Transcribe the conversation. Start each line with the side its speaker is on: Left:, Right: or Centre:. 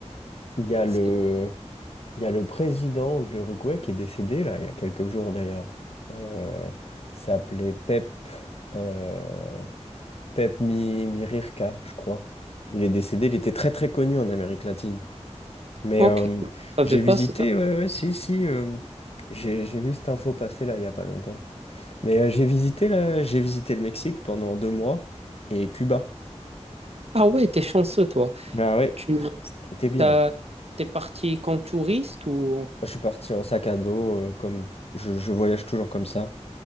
Left: Il y a
Right: C'est-
Left: le, il y a le président de l'Uruguay qui est décédé, là, il y a quelques jours d'ailleurs. Euh, il s'appelait Pep, euh, Pep Mi- Mirirca, je crois. Il est décédé, il était très très connu en Amérique latine. Mais
Right: Ok,
Left: euh,
Right: je savais
Left: j'ai
Right: pas
Left: visité,
Right: ça.
Left: ouais, ouais, si, si, euh, j'ai, j'ai vu cette info passer là, il n'y a pas longtemps. Mais euh, j'ai visité là, j'ai visité le Mexique pendant deux mois et Cuba.
Right: Ah ouais, t'es chanceux, toi.
Left: Ah ouais,
Right: Tu
Left: c'était bien.
Right: t'as, t'es parti comme touriste ou...
Left: Je suis parti en sac à dos, euh, comme je je voyage toujours comme ça.